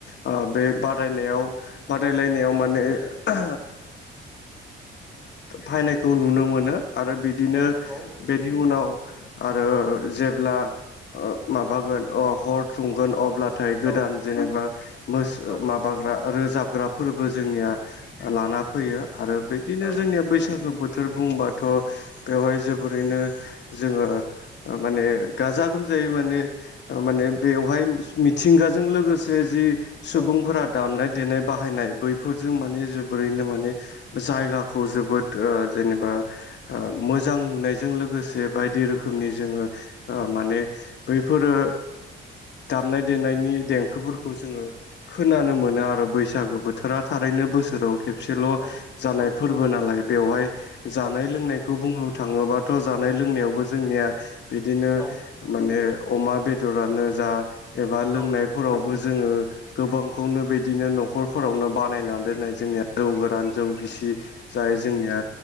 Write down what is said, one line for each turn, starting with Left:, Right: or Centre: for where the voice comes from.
Left: ओ बे बादायनायाव बादायलायनायाव माने ओ फायनायखौ नुनो मोनो आरो बिदिनो
Right: औ नंगौ
Left: बेनि उनाव आरो जेब्ला ओ माबागोन हर सुंगोन अब्ला नाथाय गोदान
Right: औ
Left: जेनेबा मोस
Right: औ
Left: माबाग्रा रोजाबग्रा फोरबो जोंनिया लाना फैयो आरो बिदिनो
Right: औ
Left: जोंनिया बैसागो बोथ बोथोर बुंङोबाथ' बेवहाय जोबोरैनो जोंङो माने गाजा गोमजायै माने माने बेवहाय मिथिंगाजों
Right: औ
Left: लोगोसे जि सुबुंफोरा
Right: औ
Left: दामनाय देनाय बाहायनाय बैफोरजों माने जोबोरैनो माने जायगाखौ जोबोद ओ जेनेबा ओ मोजां नुनायजों लोगोसे बायदि रोखोमनि जोंङो माने बैफोरो दामनाय देनायनि देंखोफोरखौ जोंङो खोनानो मोनो आरो बैसागो बोथोरा थारैनो बोसोराव खेबसेल'
Right: औ
Left: जानाय फोरबो नालाय बेवहाय जानाय
Right: औ
Left: लोंनाय बे खौ बुंनो थांङोबाथ' जानाय लोंनायावबो जोंनिया बिदिनो
Right: औ
Left: माने अमा बेदरानो जा एबा
Right: औ
Left: लोंनायफोरावबो जोंङो गोबांखौनो बिदिनो न'खरफोरावनो बानायनानै दोननाय जोंनिया जौ गोरान जौ गिसि जाय जोंनिया